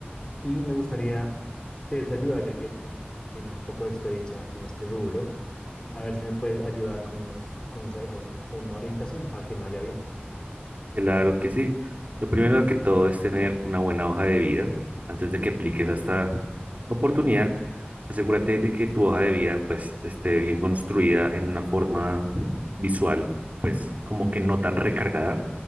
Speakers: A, on the left; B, on the right.
A: y me gustaría pedirte ayuda ya que tienes un poco de experiencia en este rubro. A ver si me puedes ayudar con unos consejos o una orientación para que me vaya bien.
B: Claro que sí. Lo primero que todo es tener una buena hoja de vida. Antes de que apliques a esta oportunidad, asegúrate de que tu hoja de vida pues esté bien construida en una forma visual, pues como que no tan recargada,